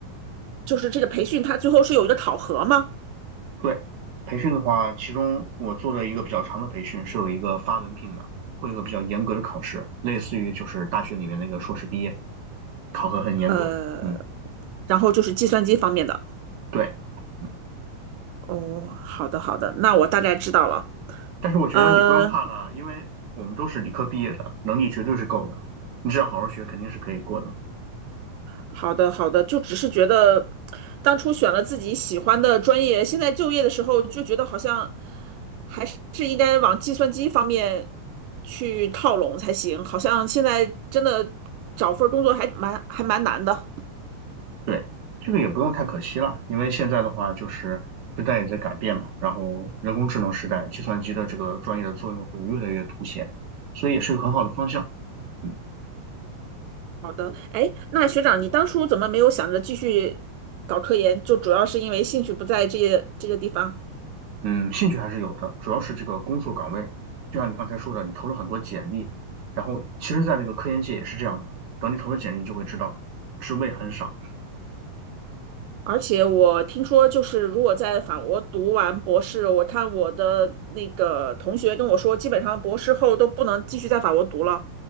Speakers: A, on the right; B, on the right.
A: 就是这个培训，它最后是有一个考核吗？
B: 对，培训的话，其中我做了一个比较长的培训，是有一个发文凭的，会有一个比较严格的考试，类似于就是大学里面那个硕士毕业，考核很严格。
A: 呃，
B: 嗯，
A: 然后就是计算机方面的。
B: 对，嗯，
A: 哦，好的好的，那我大概知道了。
B: 但是我觉得你不用怕了，
A: 呃，
B: 因为我们都是理科毕业的，能力绝对是够的，你只要好好学，肯定是可以过的。
A: 好的好的，就只是觉得当初选了自己喜欢的专业，现在就业的时候就觉得好像还是应该往计算机方面去靠拢才行，好像现在真的找份儿工作还蛮还蛮难的。
B: 对，这个也不用太可惜了，因为现在的话就是时代也在改变嘛，然后人工智能时代，计算机的这个专业的作用会越来越凸显，所以也是个很好的方向。嗯。
A: 好的，哎，那学长，你当初怎么没有想着继续搞科研？就主要是因为兴趣不在这些这个地方。
B: 嗯，兴趣还是有的，主要是这个工作岗位，就像你刚才说的，你投了很多简历，然后其实，在那个科研界也是这样的，等你投了简历，你就会知道职位很少。
A: 而且我听说，就是如果在法国读完博士，我看我的那个同学跟我说，基本上博士后都不能继续在法国读了。